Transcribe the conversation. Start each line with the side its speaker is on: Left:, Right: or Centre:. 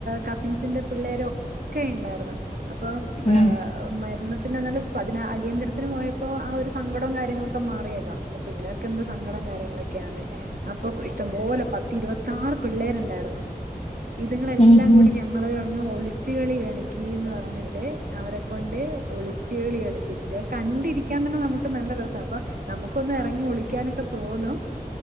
Right: കസിൻസിന്റെ പിള്ളേര ഒക്കെ ഉണ്ടായിരുന്നു അപ്പം
Left: ഉം.
Right: മരണ പിന്നെ ന്നലെഅടിയന്തരത്തിന് പോയപ്പോൾ ആ ഒരു സങ്കടവും കാര്യങ്ങളൊക്കെ മാറിയല്ലോ പിന്നെ പിള്ളേർക്ക് എന്ത് സങ്കടം കാര്യങ്ങളൊക്കെയാണ് അപ്പൊ ഇഷ്ടംപോലെ പത്തി ഇരുപത്തി ആറ് പിള്ളേരുണ്ടായിരുന്ന ഇതുങ്ങളെല്ലാം
Left: ഉം ഉം.
Right: കൂടി ഞങ്ങള ഒിളിച്ച് കളി കളിക്ക് ന്ന് പറഞ്ഞിട്ട് അവരെ കൊണ്ട് ഒളിച്ച കളി കളി പിച്ച കള ണ്ടിരിക്കാൻ തന്നെ നമുക്ക് നല്ല രസ അപ്പൊ നമുക്കൊന്ന് ഇറങ്ങി ഒളിക്കാനൊക്കെ തോന്നും